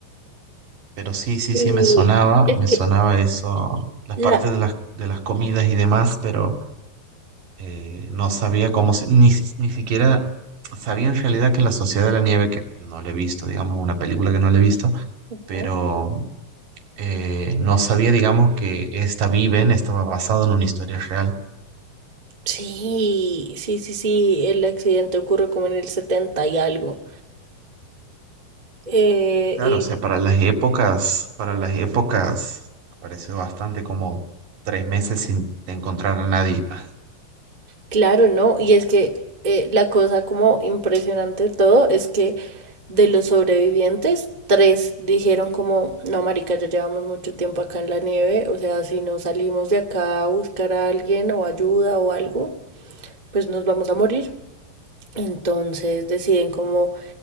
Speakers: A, on the right; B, on the right.
A: pero sí, sí,
B: Y
A: sí, me sonaba,
B: es
A: me
B: que
A: sonaba eso, las
B: La,
A: partes de las, de las comidas y demás, pero... eh, no sabía cómo se, ni, si- ni siquiera sabía en realidad que La Sociedad de la Nieve, que no la he visto, digamos, una película que no la he visto,
B: Ujú.
A: pero eh, no sabía, digamos, que esta Viven estaba basada en una historia real.
B: sí, sí, sí, sí, el accidente ocurre como en el 70 y algo. Eh,
A: Claro,
B: y
A: o sea, para las épocas, para las épocas, pareció bastante como tres meses sin encontrar a nadie. <laughs>
B: claro, ¿no? Y es que eh, la cosa como impresionante de todo es que de los sobrevivientes, tres dijeron como, no, marica, ya llevamos mucho tiempo acá en la nieve, o sea, si no salimos de acá a buscar a alguien o ayuda o algo, pues nos vamos a morir. Entonces deciden como